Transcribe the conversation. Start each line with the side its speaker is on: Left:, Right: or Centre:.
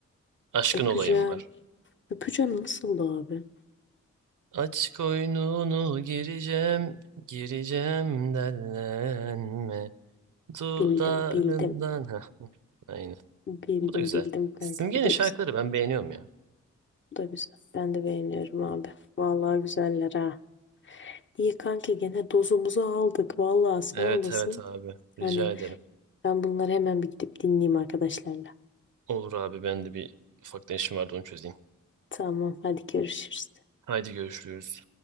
Right: aşkın
Left: Öpeceğim.
Right: olayım var.
Left: Öpeceğim nasıldı abi?
Right: Aç koynunu gireceğim, gireceğim dellenme. Dudağından,
Left: Bildim, bildim.
Right: heh, aynen.
Left: Bildim,
Right: Bu da güzel.
Left: bildim kanka.
Right: Simge'nin
Left: Bu da
Right: şarkıları
Left: güzel.
Right: ben beğeniyorum ya.
Left: Bu da güzel. Ben de beğeniyorum abi. Vallahi güzeller ha. İyi kanki gene dozumuzu aldık. Vallahi sağ
Right: Evet
Left: olasın.
Right: evet abi.
Left: Hani
Right: Rica ederim.
Left: ben bunları hemen bir gidip dinleyeyim arkadaşlarla.
Right: Olur abi ben de bir ufaktan işim vardı onu çözeyim.
Left: Tamam hadi görüşürüz.
Right: Haydi görüşürüz.